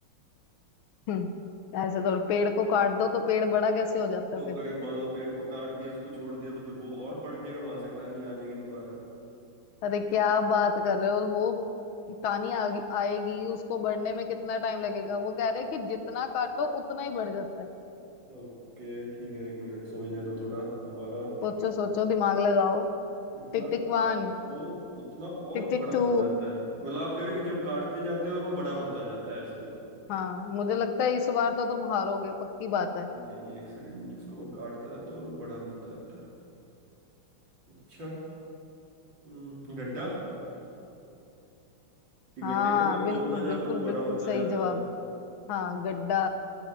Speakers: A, on the left; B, on the right.
A: हम्म ऐसे तो पेड़ को काट दो तो पेड़ बड़ा कैसे हो जाता
B: तो
A: है फिर
B: अगर मान लो पेड़ को काट दिया उसको छोड़ दिया तो फिर वो और बढ़ जाएगा वहां से टानी आ जाएगी दोबारा
A: अरे क्या बात कर रहे हो वो कहानी आ, आएगी उसको बढ़ने में कितना टाइम लगेगा वो कह रहे हैं कि जितना काटो उतना ही बढ़ जाता है
B: ओके ठीक है एक मिनट सोचने दो थोड़ा दोबारा
A: सोचो सोचो दिमाग लगाओ
B: जितना
A: Tick tick one
B: काटो उतना और
A: Tick tick
B: बड़ा
A: two
B: हो जाता है मतलब आप कह रहे हो कि जब काटते जाते हो और वो बड़ा होता जाता है ऐसे
A: हाँ मुझे लगता है इस बार तो तुम हारोगे पक्की बात है
B: नहीं नहीं नहीं, एक सेकंड जिसको वो काटता है तो और वो बड़ा होता जाता है अच्छा हम्म गड्ढा कि गड्ढे
A: हाँ
B: को मैं
A: बिल्कुल
B: खोदता
A: बिल्कुल
B: जाता हूँ बड़ा
A: बिल्कुल
B: होता
A: सही
B: जाता
A: जवाब
B: है वो
A: हाँ गड्ढा